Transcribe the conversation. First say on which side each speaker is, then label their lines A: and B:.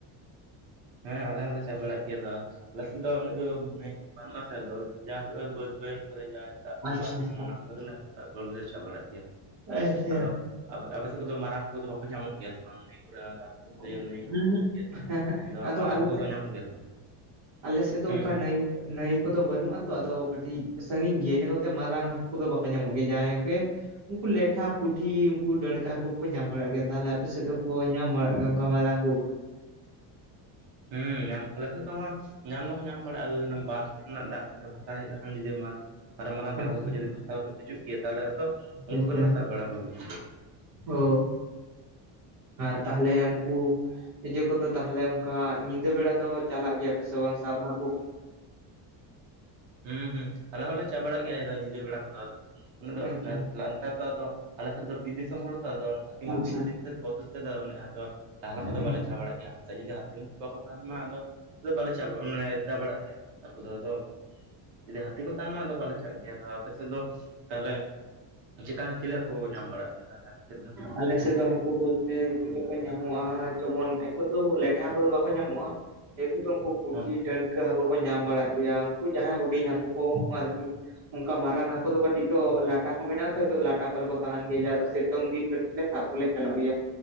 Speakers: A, on the right; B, on the right.
A: ᱦᱮᱸ ᱟᱞᱮ ᱦᱚᱸᱞᱮ ᱪᱟᱣ ᱵᱟᱲᱟᱜ ᱜᱮᱭᱟ ᱫᱚ ᱟᱨ᱾ ᱟᱞᱮ ᱥᱮᱫ ᱫᱚ ᱩᱱᱟᱹᱜ ᱫᱚ ᱱᱟᱹᱭ ᱠᱚᱫᱚ ᱵᱟᱹᱱᱩᱜ-ᱟ ᱥᱮ ᱟᱫᱚ ᱡᱟ ᱦᱩᱭᱩᱜ-ᱟ ᱵᱟᱹᱫᱽ ᱵᱟᱹᱭᱦᱟᱹᱲ ᱠᱚᱨᱮ ᱡᱟ ᱫᱟᱜ ᱛᱚᱸᱵᱟ
B: ᱟᱪᱪᱷᱟ
A: ᱞᱮᱠᱷᱟᱱ ᱚᱱᱟ ᱠᱚᱨᱮ ᱜᱮᱞᱮ ᱦᱟᱹᱠᱩ ᱫᱟᱜ ᱠᱚᱞᱮ ᱪᱟ ᱵᱟᱲᱟᱜ ᱜᱮᱭᱟ,
B: ᱟᱪᱪᱷᱟ
A: ᱟᱫᱚ ᱟᱯᱮ ᱟᱯᱮ ᱥᱮᱫ ᱠᱚᱫᱚ ᱢᱟᱨᱟᱝ ᱠᱚᱫᱚ ᱵᱟᱠᱚ ᱧᱟᱢᱚᱜ ᱜᱮᱭᱟ ᱥᱮ ᱵᱟᱝ ᱱᱟᱹᱭ ᱠᱚᱨᱮ ᱫᱚ? ᱥᱮᱫ
B: ᱦᱩᱸ
A: ᱱᱟᱹᱭ ᱠᱚᱫᱚ
B: ᱦᱩᱸ ᱦᱮᱸ
A: ᱢᱮᱱᱟᱜ ᱜᱮᱭᱟ ᱛᱚ
B: ᱦᱮᱸ ᱟᱫᱚ
A: ᱢᱟᱨᱟᱝ
B: ᱟᱞᱮ
A: ᱦᱟᱹᱠᱩ
B: ᱥᱮᱫ
A: ᱫᱚ ᱧᱟᱢᱚᱜ ᱜᱮᱭᱟ ᱥᱮ ᱵᱟᱝ
B: ᱟᱞᱮ ᱥᱮᱫ ᱫᱚ
A: ᱦᱩᱸ
B: ᱚᱱᱠᱟ ᱱᱮ ᱱᱟᱹᱭ ᱱᱟᱹᱭ ᱠᱚᱫᱚ ᱵᱟᱹᱱᱩᱜ-ᱟ ᱛᱚ ᱟᱫᱚ ᱠᱟᱹᱴᱤᱡ ᱥᱟᱹᱜᱤᱧ ᱜᱮᱭᱟ ᱤᱱᱟᱹ ᱠᱚᱛᱮ ᱢᱟᱨᱟᱝ ᱦᱟᱹᱠᱩ ᱠᱚᱫᱚ ᱵᱟᱠᱚ ᱧᱟᱢᱚᱜ ᱜᱮᱭᱟ, ᱡᱟᱦᱟᱸᱭ ᱩᱱᱠᱩ ᱞᱮᱴᱷᱟ ᱯᱩᱴᱷᱤ ᱩᱱᱠᱩ ᱰᱟᱹᱬᱠᱟᱹ ᱦᱟᱹᱠᱩ ᱠᱚ ᱧᱟᱢ ᱵᱟᱲᱟᱜ ᱜᱮᱭᱟ ᱛᱟᱦᱚᱞᱮ ᱟᱯᱮ ᱥᱮᱫ ᱫᱚᱠᱚ ᱧᱟᱢ ᱵᱟᱲᱟᱜ ᱱᱚᱝᱠᱟ ᱢᱟᱨᱟᱝ ᱦᱟᱹᱠᱩ ᱠᱚ?
A: ᱦᱩᱸ ᱧᱟᱢ ᱟᱞᱮ ᱥᱮᱫ ᱫᱚ ᱦᱟᱹᱜ ᱧᱟᱢ ᱫᱚᱠᱚ ᱧᱟᱢ ᱵᱟᱲᱟᱜ-ᱟ ᱵᱟᱸᱫᱷ ᱠᱚᱨᱮᱱᱟᱜ ᱫᱟᱜ ᱠᱚ ᱵᱷᱟᱥᱟᱶ ᱦᱮᱡ ᱞᱮᱠᱷᱟᱱ ᱡᱩᱫᱤ ᱢᱟᱨᱟᱝ ᱢᱟᱨᱟᱝ
B: ᱟᱪᱪᱷᱟ
A: ᱦᱟᱹᱠᱩ ᱠᱚ ᱡᱩᱫᱤ ᱠᱚ ᱵᱷᱟᱥᱟᱶ ᱠᱟᱛᱮ ᱦᱤᱡᱩᱜ ᱜᱮᱭᱟ ᱛᱟᱦᱚᱞᱮ ᱟᱫᱚ ᱩᱱᱠᱩ
B: ᱟᱪᱪᱷᱟ ᱟᱪᱪᱷᱟ,
A: ᱜᱮᱞᱮ ᱥᱟᱵ ᱵᱟᱲᱟ ᱠᱚ ᱜᱮᱭᱟ᱾
B: ᱚ ᱾ ᱟᱨ ᱛᱟᱦᱚᱞᱮ ᱩᱱᱠᱩ ᱤᱡᱟᱹ ᱠᱚᱫᱚ ᱛᱟᱦᱚᱞᱮ ᱚᱱᱠᱟ ᱧᱤᱫᱟᱹ ᱵᱮᱲᱟ ᱫᱚ ᱪᱟᱞᱟᱜ ᱜᱮᱭᱟ ᱯᱮ ᱥᱮ ᱵᱟᱝ ᱥᱟᱵ ᱦᱟᱹᱠᱩ ᱠᱚ?
A: ᱦᱩᱸ ᱦᱩᱸ ᱟᱞᱮ ᱦᱚᱸᱞᱮ ᱪᱟ ᱵᱟᱲᱟᱜ ᱜᱮᱭᱟ ᱧᱤᱫᱟᱹ ᱵᱮᱲᱟ ᱠᱚᱫᱚ ᱟᱫᱚ ᱚᱱᱟ ᱫᱚ
B: ᱟᱪᱪᱷᱟ
A: ᱱᱮᱛᱟᱨ ᱫᱚ ᱟᱫᱚ ᱟᱞᱮ ᱥᱮᱫ ᱫᱚ ᱵᱤᱨ ᱫᱤᱥᱚᱢ ᱦᱚᱲ ᱛᱚ ᱟᱫᱚ ᱚᱱᱟ ᱛᱮ ᱦᱟᱹᱛᱤ ᱢᱟᱛᱤ
B: ᱟᱪᱪᱷᱟ
A: ᱠᱷᱟᱹᱛᱤᱨ ᱛᱮ ᱵᱚᱛᱚᱨ ᱛᱮ ᱫᱚ ᱩᱱᱟᱹᱜ ᱞᱟᱦᱟ ᱞᱮᱠᱟ ᱫᱚ
B: ᱦᱮᱸ
A: ᱵᱟᱞᱮ ᱪᱟᱞᱟᱜ ᱪᱟᱞᱟᱣ ᱵᱟᱲᱟᱜ ᱜᱮᱭᱟ, ᱚᱫᱚ ᱡᱩᱫᱤ ᱦᱟᱹᱛᱤ ᱢᱟᱛᱤ ᱵᱟᱠᱚ ᱛᱟᱦᱮᱱ ᱢᱟ ᱟᱫᱚ ᱟᱫᱚ ᱵᱟᱞᱮ ᱪᱟ ᱢᱟᱱᱮ ᱪᱟ ᱵᱟᱲᱟᱜ ᱜᱮᱭᱟ ᱟᱫᱚ᱾ ᱡᱩᱫᱤ ᱦᱟᱹᱛᱤ ᱠᱚ ᱛᱟᱦᱮᱱ ᱢᱟ ᱟᱫᱚ ᱵᱟᱞᱮ ᱪᱟᱜ ᱜᱮᱭᱟ ᱟᱫᱚ ᱟᱯᱮ ᱥᱮᱫ ᱫᱚ ᱛᱟᱦᱚᱞᱮ ᱪᱮᱠᱟ ᱪᱮᱞᱮ ᱦᱟᱹᱠᱩ ᱠᱚ ᱧᱟᱢ ᱵᱟᱲᱟᱜ ᱜᱮᱭᱟ ᱛᱟᱦᱚᱞᱮ ᱟᱯᱮ ᱥᱮᱫ ᱫᱚ?
B: ᱟᱞᱮ ᱥᱮᱫ ᱫᱚ ᱦᱟᱹᱠᱩ ᱵᱚᱞᱛᱮ ᱱᱤᱛᱚᱜ ᱫᱚᱠᱚ ᱧᱟᱢᱚᱜ-ᱟ ᱡᱮᱢᱚᱱ ᱱᱤᱛᱚᱜ ᱫᱚ ᱞᱮᱴᱷᱟ ᱦᱟᱹᱠᱩ ᱫᱚ ᱵᱟᱠᱚ ᱧᱟᱢᱚᱜ-ᱟ ᱾ ᱦᱤᱛᱳᱜ ᱫᱚ ᱩᱱᱠᱩ ᱯᱩᱴᱷᱤ
A: ᱦᱮᱸ
B: ᱰᱟᱹᱲᱠᱟᱹ ᱦᱟᱹᱠᱩ ᱠᱚ ᱧᱟᱢ ᱵᱟᱲᱟᱜ ᱜᱮᱭᱟ ᱩᱱᱠᱩ ᱡᱟᱦᱟᱸᱭ ᱦᱩᱰᱤᱧ ᱦᱟᱹᱠᱩ ᱠᱚ ᱟᱨᱠᱤ᱾ ᱚᱱᱠᱟ ᱢᱟᱨᱟᱝ ᱦᱟᱹᱠᱩ ᱫᱚ ᱠᱟᱹᱴᱤᱡ ᱫᱚ ᱞᱟᱴᱟ ᱠᱚ ᱢᱮᱱᱟᱜ-ᱟ ᱛᱚ ᱞᱟᱴᱟ ᱠᱚᱨᱮ ᱠᱚ ᱛᱟᱦᱮᱱ ᱜᱮᱭᱟ ᱡᱟ ᱫᱚ ᱥᱤᱛᱩᱝ ᱫᱤᱱ ᱠᱟᱹᱴᱤᱡ ᱞᱮ ᱥᱟᱵ ᱠᱚᱞᱮ ᱪᱟᱞᱟᱜ ᱜᱮᱭᱟ